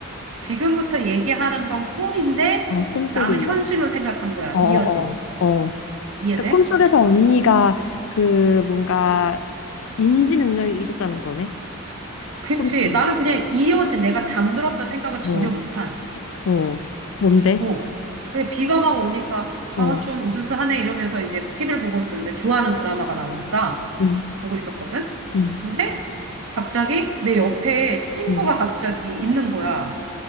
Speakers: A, on the right (about 70°); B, on the left (about 65°).
A: 지금부터 얘기하는 건 꿈인데,
B: 어, 꿈속의
A: 나는
B: 이야기.
A: 현실로 생각한 거야.
B: 어, 어,
A: 이어진.
B: 어. 어.
A: 이해돼?
B: 그러니까 꿈속에서 언니가 그 뭔가 인지 능력이 있었다는 거네.
A: 그치.
B: 꿈속에.
A: 나는 그냥 이어진 내가 잠들었다 생각을 전혀
B: 어,
A: 못한.
B: 어. 뭔데?
A: 어. 근데 비가 막 오니까,
B: 어,
A: 아, 좀 으스스하네 이러면서 이제 TV를 보고 있었는데, 좋아하는 드라마가 나오니까
B: 음,
A: 보고 있었거든?
B: 음,
A: 근데 갑자기 내 옆에 친구가
B: 음.
A: 갑자기 있는 거야.